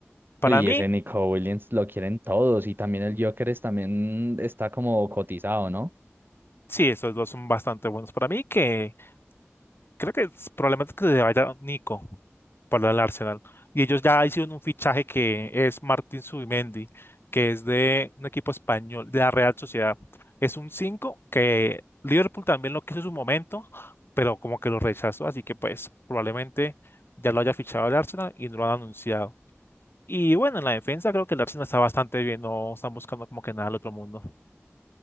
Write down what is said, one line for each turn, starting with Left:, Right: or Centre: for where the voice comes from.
Left: Para
Right: Y
Left: mí,
Right: ese Nico Williams lo quieren todos y también el Joker es- también está como cotizado, ¿no?
Left: sí, esos dos son bastante buenos. Para mí que Creo que es- probablemente que se vaya Nico para el Arsenal. Y ellos ya hicieron un fichaje que es Martín Zubimendi, que es de un equipo español, de la Real Sociedad. Es un 5 que Liverpool también lo quiso en su momento, pero como que lo rechazó. Así que pues probablemente ya lo haya fichado el Arsenal y no lo han anunciado. Y bueno, en la defensa creo que el Arsenal está bastante bien, no están buscando como que nada al otro mundo.